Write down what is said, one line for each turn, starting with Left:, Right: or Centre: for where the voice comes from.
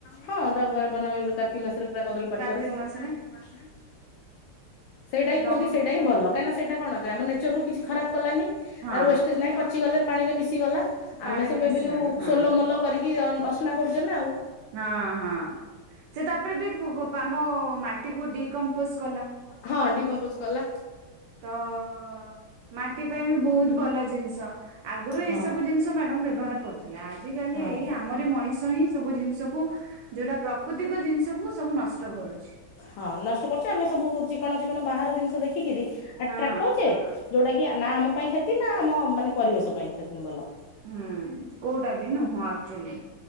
Left: ହଁ ଡଙ୍ଗା ରେ ବନା ହୁଏ, କାର୍ତ୍ତିକ ମାସରେ ପୁରା କଦଳୀ ପାଟୁ
Right: କାର୍ତ୍ତିକ
Left: କା ରେ,
Right: ମାସରେ
Left: କାର୍ତ୍ତିକ ମାସରେ। ସେଇଟା
Right: ତ
Left: ହିଁ
Right: ଡ
Left: କହନ୍ତି ସେଇଟା ହଁ ଭଲ କାହିଁକି ନା ସେଇଟା କଣ ଆମ ନେଚରକୁ କିଛି ଖପ କଲାନି,
Right: ହଁ
Left: ତାର ୱଷ୍ଟେଜ ନାହିଁ। ପଚି ଗଲେ ପାଣି ରେ ମିଶି ଗଲା
Right: ପାଣିରେ
Left: ଆମେ ସବୁ
Right: ମିଶିଗଲା
Left: ଏବେ ଯୋଉ
Right: ହଁ
Left: ସୋଲ ମୋଲ କରିକି ଅସନା କରୁଛେ ନା ଆଉ।
Right: ହଁ, ହଁ ସେ ତାପରେ ବି ଆମ ମାଟିକୁ ଡି କମ୍ପୋଜ କଲା।
Left: ହଁ, ଡିିକମ୍ପୋଜ କଲା।
Right: ତ ତ ମାଟି ପାଇଁ ବି ବହୁତ ଭଲ ଜିନିଷ ଆଗରୁ ଏଇ
Left: ହଁ
Right: ସବୁ ଜିନିଷ ମ୍ୟାଡମ ବ୍ୟବହାର କରୁ ଆଜି କାଲି
Left: ହଁ।
Right: ଏଇ ଆମରି ମଣିଷ ହିଁ ସବୁ ଜିନିଷକୁ ଯୋଉଟା ପ୍ରାକୃତିକ ଜିନିଷକୁ ସବୁ ନଷ୍ଟ ତ କରୁଛି।
Left: ହଁ, ନଷ୍ଟ କରୁଛେ ଆମେ ସବୁ ଚିକଣ ଚିକଣ ବାହାର ଜିନିଷ ଦେଖି କିରି। ଆଟ୍ରାକ୍ଟ
Right: ହଁ
Left: ହଉଛେ ଯୋଉଟା କି ନା ଆମ ପାଇଁ କ୍ଷତି ନା ଆମ ମାନେ ପରିବେଶ ପାଇଁ କ୍ ଭଲ।
Right: ହୁଁ, କୋଉଟା ବି ନୁହଁ ଆକ୍ଚୁଆଲି।